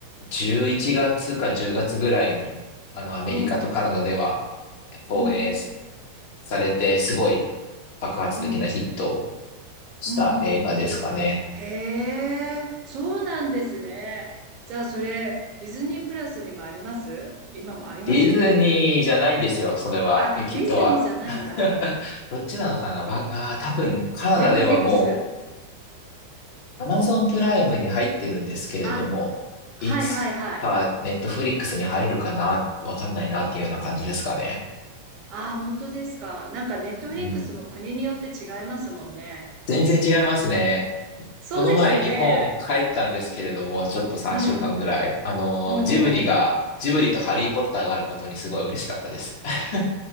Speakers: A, on the left; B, on the right.
A: 11月か10月ぐらいに、あの、アメリカとカナダでは
B: うん、
A: 放映さ
B: うん、うん、
A: れて、すごい爆発的なヒットを
B: うん、
A: した映画ですかね。
B: うん、うん。へえ、そうなんですね。じゃあ、それ、ディズニープラスにもあります今もありますよね、
A: ディズニーじゃないんですよ、
B: きっと。
A: それは。
B: あ、
A: え、きっとは。
B: ディズニーじゃないんだ。
A: <laughs> どっちなのかなわ、あー、多分、カナダではも
B: ネットフリックス
A: う、アマゾンプライムに入ってるんですけれども、
B: あ、はいはいはい。
A: いつかネットフリックスに入るかなわかんないなっていうような感じですかね。
B: あ、本当ですか。なんかネットフリックスも国によって違いますもんね。
A: うん全然違いますね。
B: そうですよね。
A: この前日本帰ったんですけれども、ちょっと3週間ぐらい。
B: うん。
A: あの、
B: う
A: ジブリが、
B: ん。
A: ジブリとハリーポッターがあることにすごい嬉しかったです。<laughs>